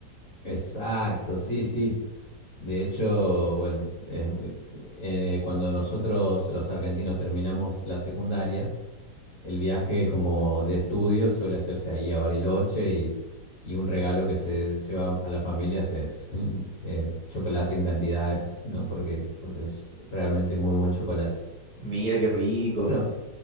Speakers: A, on the left; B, on the right.
A: Exacto, sí, sí. De hecho, bueno, eh, eh, cuando nosotros los argentinos terminamos la secundaria, El viaje como de estudios suele hacerse ahí a Bariloche y, y un regalo que se lleva a las familias es <laughs> eh, chocolate en cantidades, ¿no? Porque, porque es realmente muy buen chocolate.
B: Mira qué rico.
A: Bueno,